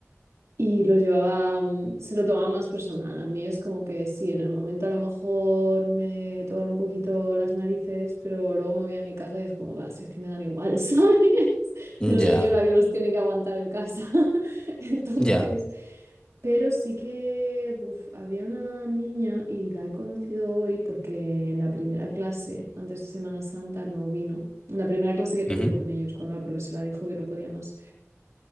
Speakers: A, on the right; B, on the left.
A: y lo llevaba, mm, se lo tomaba más personal. A mí es como que sí, en el momento a lo mejor me tocan un poquito las narices, pero luego me voy a mi casa y es como, "Bah, si es que me dan igual, <laughs> ¿sabes? No soy
B: Ya,
A: yo la que los tiene que aguantar en casa. <laughs> Entonces,
B: ya.
A: pero sí que buf, había una niña y la he conocido hoy porque en la primera clase, antes de Semana Santa, no vino. En la primera clase que tuve
B: ujú.
A: yo con ellos, cuando la profesora dijo que no podía más.